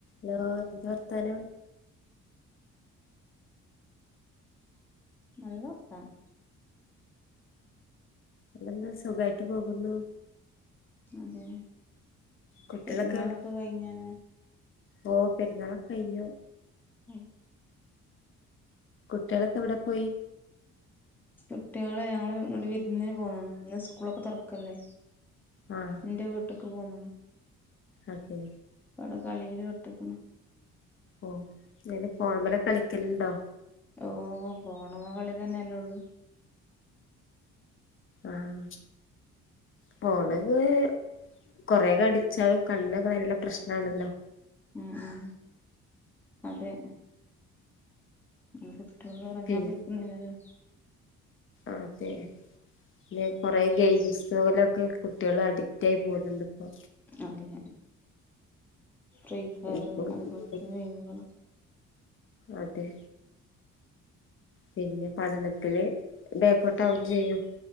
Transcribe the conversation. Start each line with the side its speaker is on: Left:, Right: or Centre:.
Left: Hello എന്താ വർത്താനം
Centre: നല്ല വർത്താനം.
Left: പിന്നെന്താ സുഖായിട്ട് പോകുന്നു.
Centre: അതെ.
Left: കുട്ട്യേളൊക്കെ
Centre: പെരുന്നാളൊക്കെ
Left: <unintelligible>
Centre: കഴിഞ്ഞല്ലേ
Left: ഓ പെരുന്നാളൊക്കെ കഴിഞ്ഞു.
Centre: ഉം.
Left: കുട്ട്യേളൊക്കെ എവിടെ പോയി.
Centre: കുട്ട്യേള് ഞങ്ങള് ഇങ്ങട് വിരുന്നിന് പോകന്നതാ. ഇന്ന് സ്കൂളൊക്കെ തൊറപക്കല്ലേ.
Left: ആഹ്.
Centre: ഇന്റെ വീട്ട്ക്ക് പോന്ന്ണ്.
Left: അതെ.
Centre: ഇവടെ കളീല് പേട്ട്ക്ക്ണ്.
Left: ഓ ഇത് ഫോണമെലൊക് കളിക്കല്ണ്ടോ?
Centre: ഓഹ് ഫോണമ്മെ കളി തന്നെയല്ലേള്ളൂ.
Left: ആഹ്. ഫോണില് കൊറേ കളിച്ചാൽ കണ് ക്കെ നല്ല പ്രശ്നാണല്ലോ.
Centre: ഉം ഉം അതെ. എ കുട്ട്യേള് പറഞ്ഞാ
Left: പിൻ
Centre: കേക്കുന്നില്ലല്ലോ.
Left: അതെ പിന്നെ കൊറെ ഗൈസ്ലൊക്കെ. കുട്ട്യേള് അഡിക്റ്റായി.. പോകുന്നുണ്ട് ഇപ്പോ.
Centre: അതെ. ഫ്രീ ഫയർ
Left: ഉം, ഉം,
Centre: അതുപോലത്തെ ഗെയിമുകള.
Left: അതെ. പിന്നെ പഠനത്തില് ബേക്കോടട്ട് ആകും ചെയ്യും.